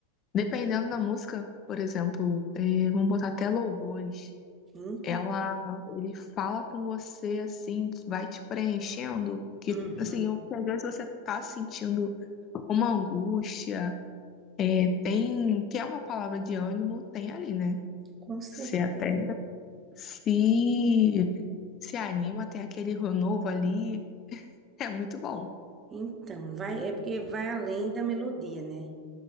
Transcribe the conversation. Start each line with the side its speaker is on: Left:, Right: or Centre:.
Left: Dependendo da música, por exemplo, eh, vamos botar até louvores.
Right: Então,
Left: Ela, ele fala com você assim, vai te preenchendo, porque
Right: uhum,
Left: assim, eu- às vezes você tá sentindo uma angústia, é, tem, que é uma palavra de ânimo, tem ali, né?
Right: com certeza.
Left: Se até se se anima, tem aquele novo ali. É muito bom.
Right: Então, vai, é porque vai além da melodia, né?